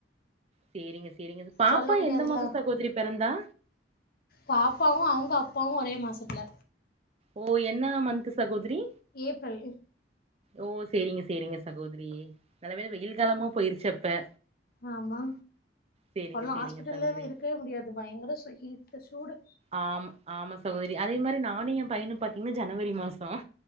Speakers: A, on the right; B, on the left.
A: சேரிங்க சேரிங்க பாப்பா
B: சொல்ல முடியாதுல்ல
A: எந்த மாசொ சகோதரி பெறந்தா
B: பாப்பாவு அவங்க அப்பாவு ஒரே மாசத்துல
A: ஓ என்னா மன்த்து சகோதரி
B: ஏப்ரல்
A: ஓ சேரிங்க சேரிங்க சகோதரி நல்ல வேல வெயில் காலமா போயிருச்சு அப்ப
B: ஆமா
A: சேரிங்க
B: அல்லா
A: சேரிங்க
B: ஹாஸ்பிட்டல்லலா
A: சகோதரி
B: இருக்கவே முடியாது பயங்கர ஹீட்டு சூடு
A: ஆமா ஆமா சகோதரி அதே மாரி நானு எ பையனு பாத்தீங்னா ஜனவரி மாசொ